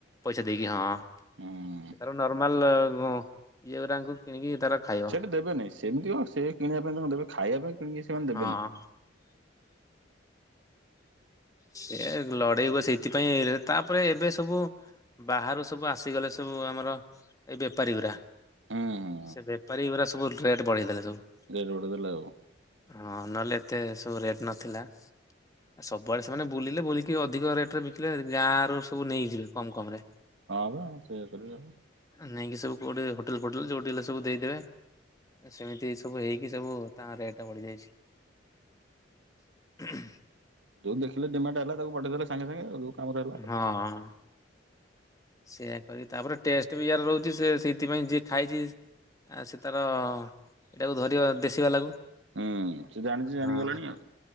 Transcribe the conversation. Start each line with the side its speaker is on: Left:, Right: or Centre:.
Left: ପଇସା ଦେଇକି ହଁ,
Right: ହୁଁ
Left: ସେ ତାର ନର୍ମାଲ ଇଏ ଗୁରାଙ୍କୁ କିଣିକି ତାର ଖାଇବ
Right: ସେଇଠି ଦେବେନେଇ, ସେମିତି ହ ସେ କିଣିବା ପାଇଁ ତା ଦେବେ ଖାଇବା ପାଇଁ କିଣିକି ସେମାନେ ଦେବେନି।
Left: ହଁ। ସେ ଲଢେଇ ହୁଏ ସେଇଥିପାଇଁ, ତାପରେ ଏବେ ସବୁ ବାହାରୁ ସବୁ ଆସିଗଲେ ସବୁ, ଆମର ଏଇ ବେପାରୀ ଗୁରା।
Right: ହୁଁ ହୁଁ
Left: ସେ ବେପାରୀ ଗୁରା ସବୁ ରେଟ୍ ବଢେଇ ଦେଲେ ସବୁ।
Right: ରେଟ୍ ଦେଲେ ଆଉ।
Left: ହଁ ନହେଲେ ଏତେ ସବୁ ରେଟ୍ ନଥିଲା। ଆ ସବୁଆଡେ ସେମାନେ ବୁଲିଲେ, ବୁଲିକି ଅଧିକ ରେଟରେ ବିକିଲେ। ଗାଁରୁ ସବୁ ନେଇଯିବେ କମ୍ କମ୍ ରେ।
Right: ହଁ ବା ସେୟା କରିବେ ଆଉ।
Left: ନେଇକି ସବୁ କୋଉଠି ହୋଟେଲ ଫୋଟେଲ ଯୋଉଠି ହେଲେ ସବୁ ଦେଇଦେବେ। ସେମିତି ସବୁ ହେଇକି ସବୁ ତା ରେଟେ ବଢ଼ିଯାଇଚି। <inaudible>
Right: ଯଉ ଦେଖିଲେ ଡିମାଣ୍ଡ୍ ହେଲା ତାକୁ ପଠେଇ ଦେଲେ ସାଙ୍ଗେ ସାଙ୍ଗେ ଆଉ। କାମରେ ହେଲା ଆଉ
Left: ହଁ। ସେଇଆ କରି ତାପରେ ଟେଷ୍ଟ୍ ବି ୟାର ରହୁଚି ସେ- ସେଇଥିପାଇଁ ଯିଏ ଖାଇଚି ଆ- ସେ ତାର ଏଟାକୁ ଧରିବ ଦେଶୀ ବାଲାକୁ।
Right: ହୁଁ ସେ ଜାଣିଛି
Left: ହଁ-
Right: ଜାଣିଗଲାଣି ଆଉ